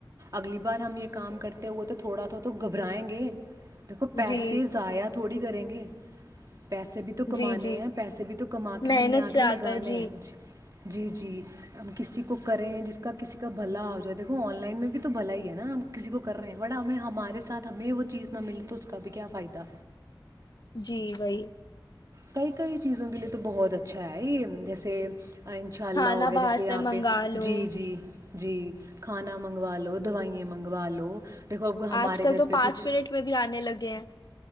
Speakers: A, on the right; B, on the left.
A: اگلی بار ہم یہ کام کرتے ہوئے تو تھوڑا سا تو گھبرائیں گے دیکھو پیسے
B: جی
A: زضیاد تھوڑی کریں گے پیسے بھی تو کمانے
B: جی جی
A: ہیں پیسے بھی تو کما کے
B: محنت
A: ہم نے آگے
B: سے آتا
A: لگانے
B: ہے جی
A: ہیں ج جی جی ہم کسی کو کریں جس کا کسی کا بھلا ہو جائے دیکو آن لائن میں بھی تو بھلا ہی ہے نا ہم کسی کو کر رہے ہیں بٹ ہمیں ہمارے ساتھ ہمیں وہ چیز نہ ملے تو اس کا بھی کیا فائدہ
B: جی وہی
A: کئی کئی چیزوں کے لیے تو بہت اچھا ہے جیسے انشاء اللہ
B: کھانا
A: ہو گیا
B: باہر
A: جیسے یہاں
B: سے منگا
A: پہ
B: لو
A: جی جی جی کھانا من منگوا لو دووائییں منگوا لو دیکھو اب ہمارے
B: آج کل
A: گھر
B: تو
A: پہ
B: پانچ
A: کچھ
B: منٹ میں بھی آنے لگے ہیں